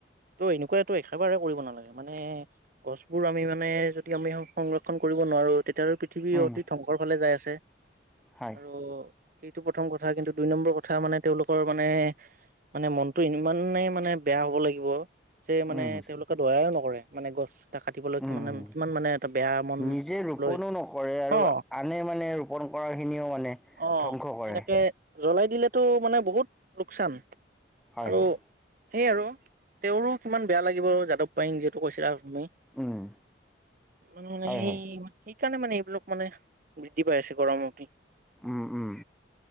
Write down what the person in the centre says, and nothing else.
উম
হয়
উম
উম
নিজে ৰোপনো
নকৰে আৰু
আনে মানে ৰোপণ কৰাখিনিও মানে
ধ্বংস কৰে।
হয়
হয়
উম
হয়
হয়
উম উম